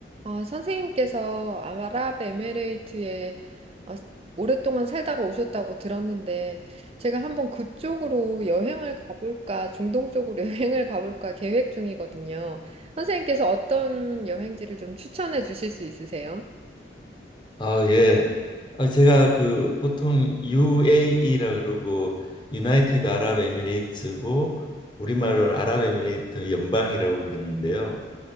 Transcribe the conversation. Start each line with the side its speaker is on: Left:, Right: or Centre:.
Right: 아, 선생님께서 아랍에미레이트에 어, 오랫동안 살다가 오셨다고 들었는데, 제가 한번 그쪽으로 여행을 가볼까, 중동 쪽으로 <laughs> 여행을 가볼까 계획 중이거든요. 선생님께서 어떤 여행지를 좀 추천해 주실 수 있으세요?
Left: 아, 예. 아, 제가 그 보통 UAE라 그러고 유나이티드 아랍에미레이트고 우리말로는 아랍에미레이트 연방이라고 그러는데요.